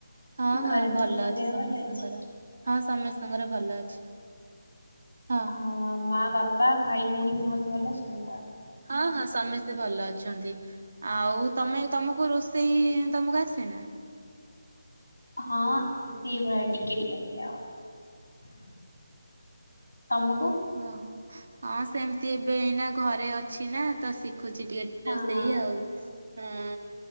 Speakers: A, on the right (about 50°); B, on the left (about 75°).
A: ହଁ ହଁ
B: ଘରେ ସମସ୍ତଙ୍କ
A: ଭଲ ଅଛି
B: ଦେହ
A: ସମସ୍ତଙ୍କର
B: ଭଲ ଅଛି
A: ହଁ ସମସ୍ତଙ୍କର ଭଲ ଅଛି ହଁ
B: ହ ମା ବାପା ଭାଇ ଭଉଣୀ ସମସ୍ତେ ଭଲ ଅଛନ୍ତି ତ
A: ହଁ ହଁ ସମସ୍ତେ ଭଲ ଅଛନ୍ତି ଆଉ ତମେ ତମକୁ ରୋଷେଇ ତମକୁ ଆସେ ନା
B: ହଁ ସେଇଭଳିଆ ଟିକେ ଟିକେ ଆସେ ଆଉ ତମକୁ
A: ଓହୋ ହଁ ସେମିତି ଏବେ ଏଇନା ଘରେ ଅଛି ନା ତ ଶିଖୁଛି ଟିକେ
B: ହଁ
A: ରୋଷେଇ
B: ହଁ
A: ଆଉ ହଁ